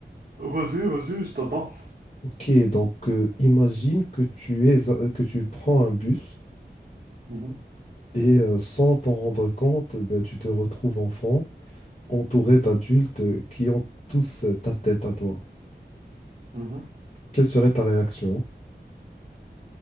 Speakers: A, on the right; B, on the left.
A: Vas-y, vas-y, je t'attends.
B: Ok, donc euh, imagine que tu es, euh, que tu prends un bus
A: Mhm,
B: et euh, sans t'en rendre compte, ben, tu te retrouves enfant, entouré d'adultes euh, qui ont tous euh, ta tête à toi.
A: mhm.
B: Quelle serait ta réaction?